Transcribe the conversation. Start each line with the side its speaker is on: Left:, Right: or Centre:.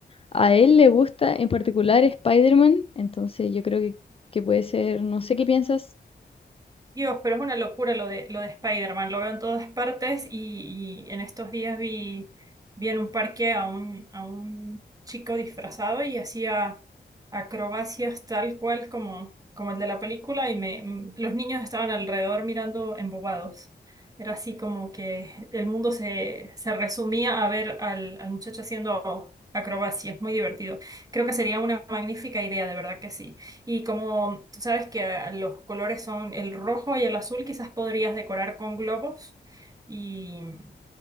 Left: A él le gusta en particular Spider-Man, entonces yo creo que, que puede ser, no sé qué piensas.
Right: Dios, pero es una locura lo de, lo de Spider-Man, lo veo en todas partes y, y en estos días vi, vi en un parque a un, a un chico disfrazado y hacía acrobacias tal cual como, como el de la película y me, m- los niños estaban alrededor mirando embobados. Era así como que el mundo se, se resumía a ver al, al muchacho haciendo acrobacias, muy divertido. Creo que sería una magnífica idea, de verdad que sí. Y como tú sabes que ah, los colores son el rojo y el azul, quizás podrías decorar con globos y mm,